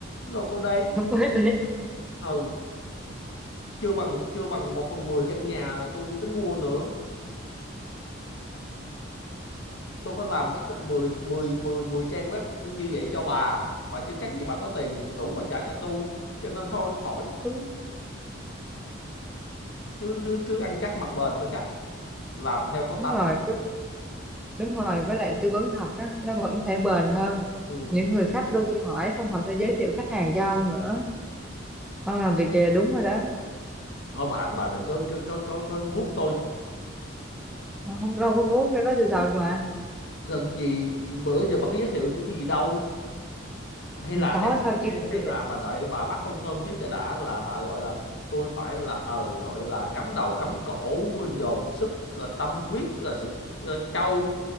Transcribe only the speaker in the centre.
<laughs> không phải đi
đúng
đúng
rồi cứ- đúng rồi với lại tư vấn thật á nó vẫn sẽ bền hơn
những người khách đôi khi hỏi xong họ sẽ giới thiệu khách hàng cho ông nữa ông làm việc kìa đúng rồi đó
Ông không đâu có vốn ra đó sự thật mà
có
sau chuyến
này
tôi
sẽ